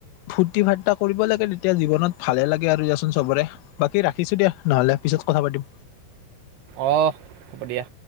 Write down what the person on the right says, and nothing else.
অ হ'ব দিয়া।